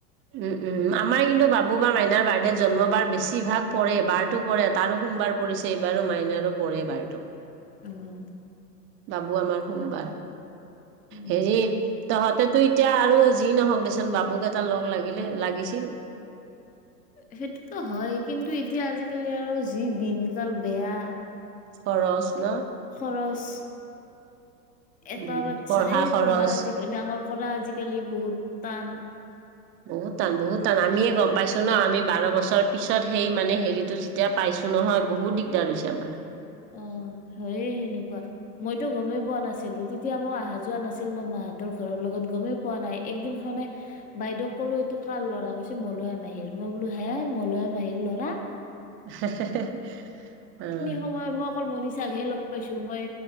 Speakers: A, on the right; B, on the left.
A: উম উম আমাৰ কিন্তু বাবু বা মাইনাৰ বাৰ্থডেত জন্ম বাৰ বেছিভাগ পৰে বাৰটো পৰে তাৰো সোমবাৰ পৰিছে এইবাৰো মাইনাৰো পৰে বাৰটো
B: উম
A: বাবো আমাৰ সোমবাৰ
B: উম
A: হেৰি তহঁতেতো এতিয়া আৰু যি নহওক দেচোন বাবুক এটা লগ লাগে লাগিলে লাগিছিল
B: সেইটোতু হয় কিন্তু এতিয়া আজিকালি আৰু যি দিনকাল বেয়া
A: খৰচ ন
B: খৰচ এটা
A: উম,
B: বাচ্ছাই
A: খৰচ
B: পঢ়া ডাঙৰ কৰা আজিকালি বহুত তান
A: বহুত টান বহুত টান আমিয়ে গম পাইছো ন আমি বাৰ বছৰ পিছত সেই মানে হেৰিটো যেতিয়া পাইছো নহয় বহুত দিগদাৰ হৈছে আমাৰ
B: অ হয়ে সেনেকুৱা মইতো গমেই পোৱা নাছিলো তেতিয়া মই অহা যোৱা নাছিল না মাত তৰ ঘৰৰ লগত গমেই পোৱা নাই একদিন খনে বাইদেউক ক'লো এইটো কাৰ ল'ৰা কৈছে মলয় মাহীৰ মই বোলো হে মলয় মাহীৰ ল'ৰা
A: হেহ হেহ উম
B: সময় মই অকল মণীষা <unintelligible> লগ পাইছো মই